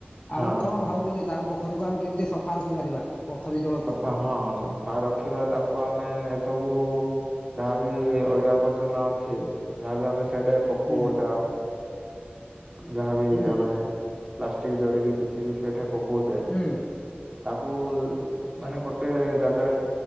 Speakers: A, on the right; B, on the left.
A: ହଁ
B: ଆଉ କଣ ଭାବୁଚନ୍ତି ତାକୁ ପୋଖରୀକୁ ଆମେ କେମିତି ସଫା ରଖିପାରିବା ପୋଖରୀ ଜଳ
A: ସଫା ହଁ ସଫା ରଖିବା ତାକୁ ଆମେ ଏସବୁ ଯାହାବି ଅଳିଆ ଆବର୍ଜନା ଅଛି ଯାହାବି ଆମେ ସେଡେ ପକଉଚ
B: ହୁଁ
A: ଯାହାବି
B: ହୁଁ
A: ଆମେ ପ୍ଲାଷ୍ଟିକ ଜରିକି କିଛି ବି ସେଠେ ପକଉଛେ
B: ହୁଁ।
A: ତାକୁ ମାନେ
B: ଆଉ
A: ଗୋଟେ ଜାଗାରେ